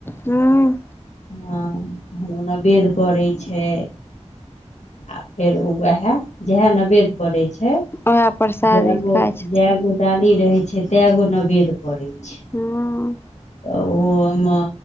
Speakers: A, on the left; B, on the left.
A: हूं-
B: हँ- <unintelligible> नवेद पड़ै छै। आ फेर ओ उएह जहे नवेद पडै छै।
A: उएह प्रसादी
B: जेगो-जेगो-
A: खाइ छथिन
B: डाली रहै छै तै गो नवेद पड़ै छै।
A: हँ
B: ओ ओयमे